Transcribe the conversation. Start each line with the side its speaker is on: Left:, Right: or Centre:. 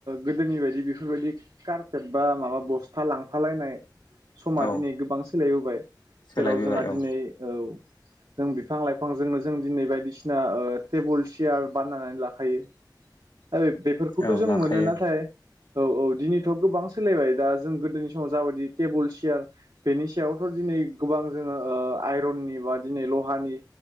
Right: गोदोनि बायदि बेफोरबायदि कारपेट बा माबा बस्था लांफालायनाय समा
Left: औ
Right: दिनै गोबां सोलायबोबाय
Left: सोलायबोबाय
Right: जेराव जोंहा
Left: औ
Right: दिनै औ जों बिफां लाइफांजोंनो जों दिनै बायदिसिना ओ टेबोल सियार बानायनानै लाखायो। दा बे बेफोरखौथ'
Left: औ
Right: जों
Left: लाखायो
Right: मोनो नाथाय औ औ दिनैथ' गोबां सोलायबाय दा जों गोदोनि समाव जाबायदि टेबोल चेयार बेनि सायावथ' दिनै गोबां जोङो आइरननि बा दिनै लहानि